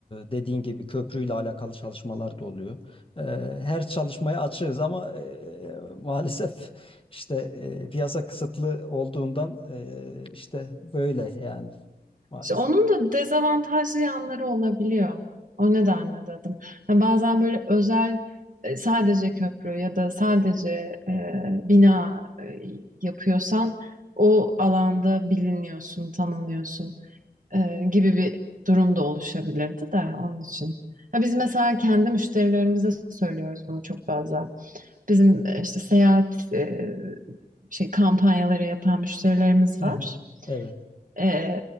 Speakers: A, on the left; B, on the right.
A: dediğin gibi köprüyle alakalı çalışmalar da oluyor. Eee, her çalışmaya açığız ama eee, maalesef işte eee, piyasa kısıtlı olduğundan eee, işte böyle yani maalesef.
B: İşte onun da dezavantajlı yanları olabiliyor. O nedenle dedim. Ha, bazen böyle özel e, sadece köprü ya da sadece e, bina e, yapıyorsan o alanda biliniyorsun, tanınıyorsun e, gibi bir durum da oluşabilirdi de onun için. Ha, biz mesela kendi müşterilerimize söylüyoruz bunu çok fazla. Bizim e, işte seyahat e, şey kampanyaları yapan müşterilerimiz
A: Hı
B: var
A: hı. Evet.
B: e,